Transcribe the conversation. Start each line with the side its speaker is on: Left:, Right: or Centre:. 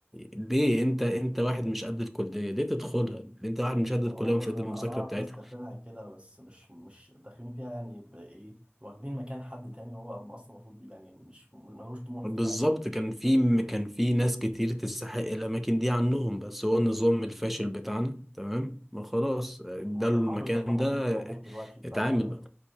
Centre: ليه أنت أنت واحد مش قد الكلية ليه تدخلها؟ ليه أنت واحد مش قد
Right: ما
Centre: الكلية
Right: اه برضه
Centre: ومش قد المذاكرة
Right: انا انا اعرف
Centre: بتاعتها
Right: ناس داخلينها كده بس مش مش داخلين فيها يعني بايه واخدين مكان حد تاني هو اصلا المفروض يعني مش ملوش طموح
Centre: بالظبط
Right: فيها
Centre: كان في كان في ناس كتير تستحق الأماكن دي عنهم بس هو النظام الفاشل بتاعنا تمام ما خلاص ده
Right: هما بيحاولوا
Centre: المكان
Right: يصلحوا
Centre: ده
Right: فيه في العموم
Centre: آه،
Right: دلوقتي فممكن
Centre: اتعامل بقى